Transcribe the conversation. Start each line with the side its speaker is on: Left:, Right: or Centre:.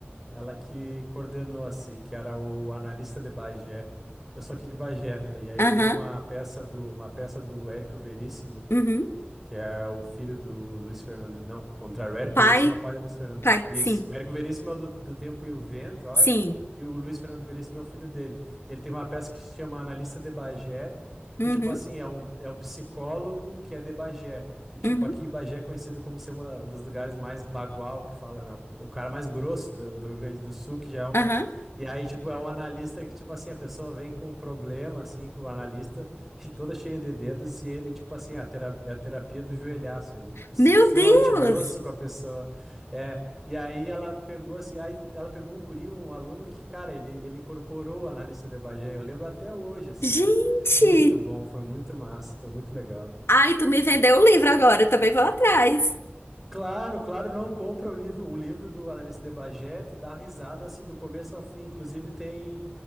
Centre: ela que coordenou assim, que era o analista de Bagé. Eu sou aqui de Bagé, né? E aí
Left: Aham,
Centre: tem uma peça do uma peça do Érico Veríssimo
Left: uhum.
Centre: que é o filho do Luiz Fernando. Não, contrário, o Érico
Left: O Pai,
Centre: Veríssimo é o pai do Luiz Fernando.
Left: pai,
Centre: Ve- Isso,
Left: sim,
Centre: o Érico Veríssimo é o do, do Tempo e o Vento, eu acho,
Left: sim.
Centre: e o Luiz Fernando Veríssimo é o filho dele. E ele tem uma peça que se chama Analista de Bagé,
Left: Uhum,
Centre: e tipo assim, é um, é um psicólogo que é de Bagé. E tipo,
Left: uhum,
Centre: aqui Bagé é conhecido como ser um dos lugares mais bagual que fala, né? O cara mais grosso do, do Rio Grande do Sul, que já é um,
Left: aham.
Centre: e aí, tipo, é um analista que, tipo assim, a pessoa vem com um problema, assim, com o analista, <laughs> toda cheia de dedos, e ele, tipo assim, a tera- é a terapia do joelhaço, ele é, tipo, extremamente
Left: Meu Deus!
Centre: grosso com a pessoa. É, e aí ela pegou, assim, aí ela pegou um guri, um aluno que, cara, ele, ele incorporou o analista de Bagé, eu lembro até hoje, assim,
Left: Gente!
Centre: ó. Muito bom, foi muito massa, foi muito legal.
Left: Ai, tu me vendeu o livro agora, eu também vou atrás.
Centre: Claro, claro, não compra o livro, o livro do analista de Bagé, tu dá risada assim do começo ao fim. Inclusive tem